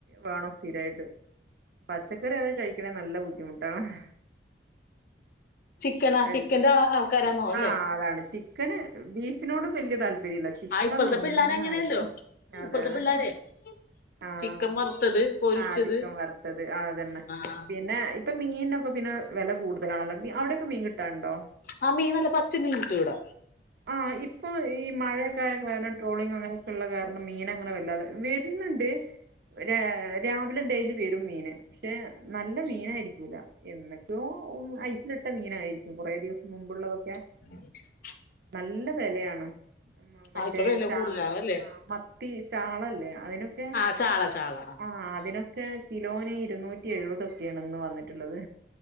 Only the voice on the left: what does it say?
ചിക്കനാ
ചിക്കന്റെ ആൾക്കാരാന്നോ അല്ലേ
ആ ഇപ്പഴത്തെ
പിള്ളേര് അങ്ങനെയല്ലോ
ഇപ്പഴത്തെ
<inaudible>
ചിക്കൻ
വറുത്തത് പൊരിച്ചത്
ആ
ആഹ് മീൻ നല്ല പച്ച മീൻ കിട്ടൂ ഇവടെ.
<inaudible>
ആ ഇപ്പൊ വില
കൂടുതലാണ് അല്ലേ
ആ ചാള ചാള ആ